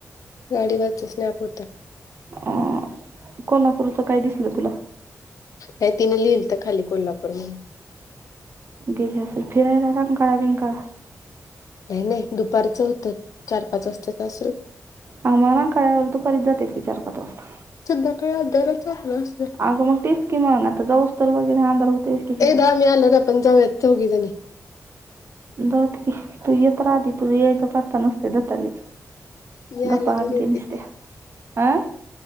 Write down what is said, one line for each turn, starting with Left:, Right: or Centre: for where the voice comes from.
Left: गाडीवरच स्नॅप होत.
Right: अ कोल्हापूरच काय दिसलं तुला?
Left: काय तिनें लिहिल खाली कोल्हापूर म्हणून.
Right: गेली असल फिरायला रंकाळा बिंकाळा.
Left: नाही नाही दुपारचं होतं चार पाच वाजताच असल.
Right: अग मग रकांळ्यावर वर दुपारीच जात्यात की चार पाच वाजता.
Left: सध्या काळ हदर चाललं असत.
Right: अगं मग तेच की म आता जाऊस तर वगैरे आंधार होतेच की तिथ.
Left: एकदा आम्ही आल्यावर आपण जाऊयात चौघी जणी
Right: जाउ दे की तू येत राह आधी तूझ यायघ तो पत्ता नुसते दतालीच
Left: मी आल्यावर
Right: गप्पा आणते
Left: येते
Right: नसते अं